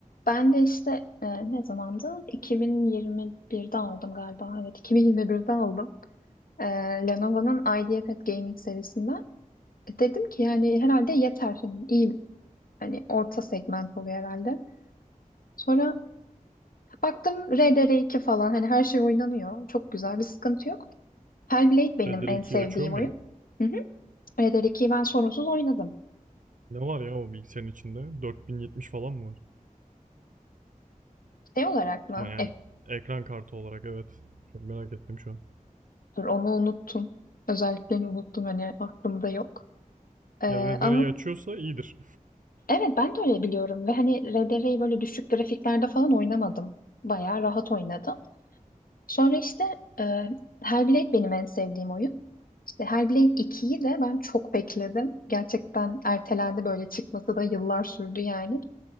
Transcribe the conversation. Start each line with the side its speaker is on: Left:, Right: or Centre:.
Left: ben de işte e, ne zamandı? 2021'de aldım galiba. Evet, 2021'de aldım. E, Lenovo'nun IdeaPad Gaming serisinden. E, Dedim ki yani herhalde yeter şimdi. İyi hani orta segment oluyor herhalde. Sonra baktım rdr iki falan hani her şey oynanıyor. Çok güzel bir sıkıntı yok. Hellblade benim
Right: Red Dead
Left: en
Right: 2'yi
Left: sevdiğim
Right: açıyorum
Left: oyun.
Right: ya.
Left: Hı hı. RDR2'yi ben sorunsuz oynadım.
Right: Ne var ya o bilgisayarın içinde? 4070 falan mı var?
Left: Şey olarak mı?
Right: Ama yani ekran kartı olarak evet. Çok merak ettim şu an.
Left: Dur onu unuttum. Özelliklerini unuttum hani aklımda yok. Ee,
Right: Ya RDR'yi
Left: ama
Right: açıyorsa iyidir.
Left: evet ben de öyle biliyorum ve hani RDR'yi böyle düşük grafiklerde falan oynamadım. Bayağı rahat oynadım. Sonra işte e, Hellblade benim en sevdiğim oyun. İşte Hellblade 2'yi de ben çok bekledim. Gerçekten ertelendi böyle çıkması da yıllar sürdü yani.